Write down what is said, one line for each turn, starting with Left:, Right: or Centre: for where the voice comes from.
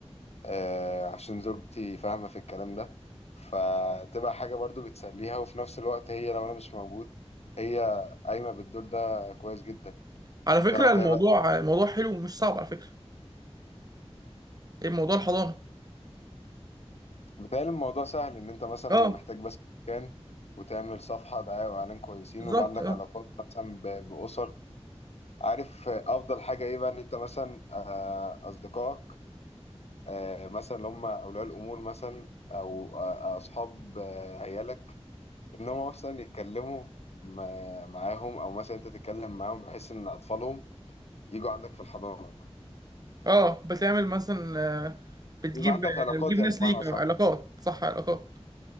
Left: آه، عشان زوجتي فاهمه في الكلام ده فتبقى حاجه برضو بتسليها وفي نفس الوقت هي لو انا مش موجود هي قايمه بالدور ده كويس جدا
Right: على فكره
Left: تعرف
Right: الموضوع
Left: هي بقى
Right: موضوع حلو ومش صعب على فكره ايه موضوع الحضانه
Left: بتهيألي الموضوع سهل إن أنت مثلا
Right: اه
Left: محتاج بس مكان وتعمل صفحة دعاية وإعلان كويسين
Right: بالظبط
Left: ويبقى عندك
Right: اه
Left: علاقات مثلا ب- بأسر عارف آه، أفضل حاجة إيه بقى إن أنت مثلا آه، أصدقائك آه، مثلا اللي هم أولياء الأمور مثلا أو آه، أصحاب آه، عيالك إن هم مثلا يتكلموا مع- معاهم أو مثلا أنت تتكلم معاهم بحيث إن أطفالهم يجوا عندك في الحضانة
Right: اه بتعمل مثلا آه، بتجيب
Left: يبقى عندك علاقات
Right: بتجيب
Left: يعني
Right: ناس
Left: بمعنى
Right: ليك
Left: أصح
Right: آه، علاقات صح علاقات